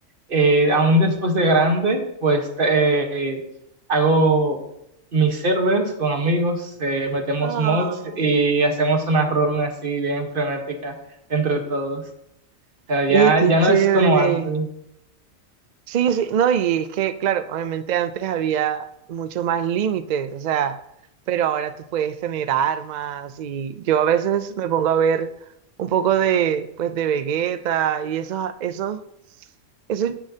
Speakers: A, on the right; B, on the right.
A: eh, aún después de grande, pues eh, hago mis servers con amigos, eh, metemos
B: Ay.
A: mods y hacemos una run así bien frenética entre todos. O sea, ya,
B: Oye, qué
A: ya
B: chévere.
A: no es como antes.
B: Sí, sí, no, y es que, claro, obviamente antes había mucho más límites, o sea, pero ahora tú puedes tener armas y yo a veces me pongo a ver un poco de, pues, de Vegeta y esos, esos, esos,